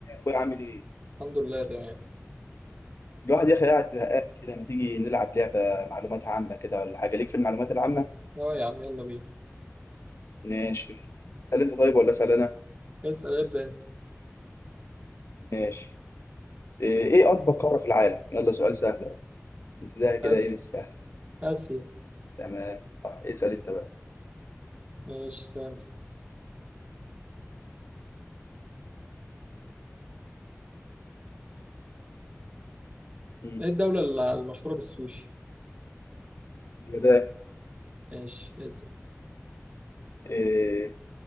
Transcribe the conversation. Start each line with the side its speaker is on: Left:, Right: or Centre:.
Left: بعمل ايه
Right: الحمد لله تمام
Left: الواحد يا اخي قاعد زهقان كده ما تيجي نلعب لعبه معلومات عامه كده ولا حاجه ليك في المعلومات العامه
Right: اه يا عم يلا بينا
Left: ماشي سأل انت طيب ولا اسال انا
Right: اسأل ابدأ انت
Left: ماشي ايه إيه اكبر قاره في العالم يلا سؤال سهل ابتدائي كده
Right: اسيا
Left: ايه بالسهل
Right: اسيا
Left: تمام طيب، اسال انت بقى
Right: ماشي سامع
Left: مم.
Right: ايه الدولة الل- المشهورة بالسوشي
Left: كده
Right: ماشي اسأل
Left: إيه